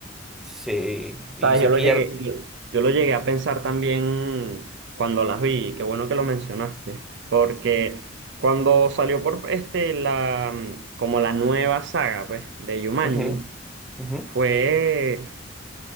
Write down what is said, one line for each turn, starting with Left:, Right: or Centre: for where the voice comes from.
Centre: Sí,
Right: Sabes,
Centre: y se
Right: yo lo
Centre: pierde...
Right: llegué, yo, yo lo llegué a pensar también cuando las vi, y qué bueno que lo mencionaste, porque cuando salió por este la como la nueva saga pues, de Jumanji,
Centre: ujú, ujú.
Right: fue